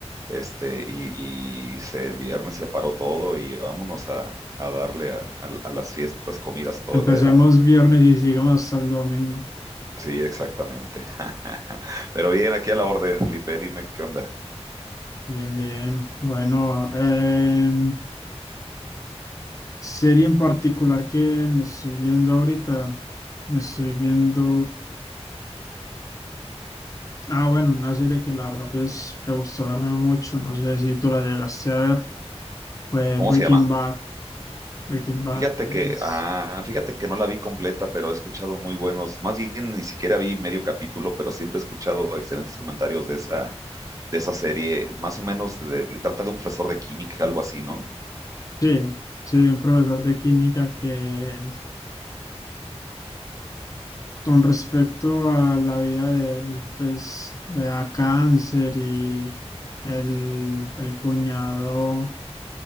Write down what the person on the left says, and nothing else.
Empecemos
viernes y sigamos hasta el domingo.
Bien, bien. Bueno, eh, Serie en particular que me estoy viendo ahorita, me estoy viendo, ah, bueno, una serie que la verdad pues me gustó verme mucho, no sé si tú la llegaste a ver, fue
Breaking
Bad. Breaking Bad
es,
sí, sí, un profesor de química que con respecto a la vida de él, pues le da cáncer y el, el cuñado.